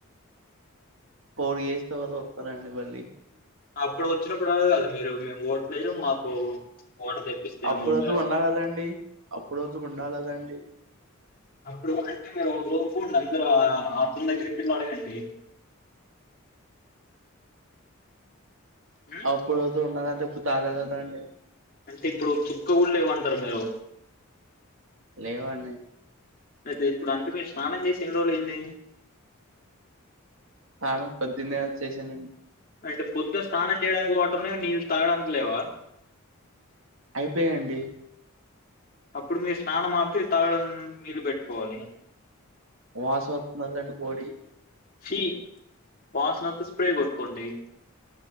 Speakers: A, on the right; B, on the left.
A: ఫోర్ ఇయర్స్ తర్వాత వతారండి మళ్ళీ
B: అప్పుడు వచ్చినప్పుడు అడగరాదు మీరు మేము ఓట్లేయ మాకు ఓటర్ తెప్పిస్తే
A: అప్పుడు
B: ఓట్లేస్తం
A: వరకు ఉండాలదండి. అప్పుడు వరకు ఉండాలదండి.
B: అప్పుడు అంటే మీరు ఒక రోజు కూడాడి అందరు అ తందగ్గరండి వెళ్లి అడగండి ఉమ్
A: అప్పుడు ఉండాలంటే ప్పు <inaudible> అండి
B: అంటే ఇప్పుడు చుక్క కూడా లేవంటారు మీరు
A: లేవండి
B: అయితే ఇప్పుడు అందుకు మీరు స్నానం చేసి ఎన్ని రోజులు అయింది
A: స్నానం పొద్దున్నే చేసానండి
B: అంటే పొద్దున స్నానం చేయడానికి వాటర్ ఉన్నయ్ నీళ్ళు తాగడానికి లేవా
A: అయిపోయిండి
B: అప్పుడు మీరు స్నానం ఆపి తాగడం నీళ్ళ పెట్టుకోవాలి
A: వాసన వస్తుంది అండి బాడీ
B: చి వాసన వస్తూ స్ప్రే కొట్కోండి